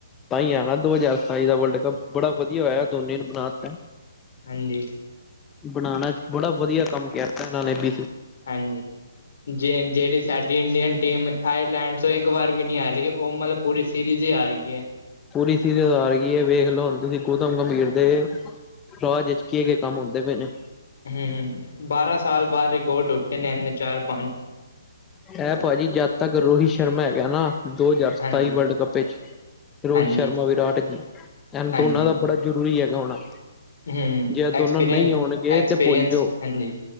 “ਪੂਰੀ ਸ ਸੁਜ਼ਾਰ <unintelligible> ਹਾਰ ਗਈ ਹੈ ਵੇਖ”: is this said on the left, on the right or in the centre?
Left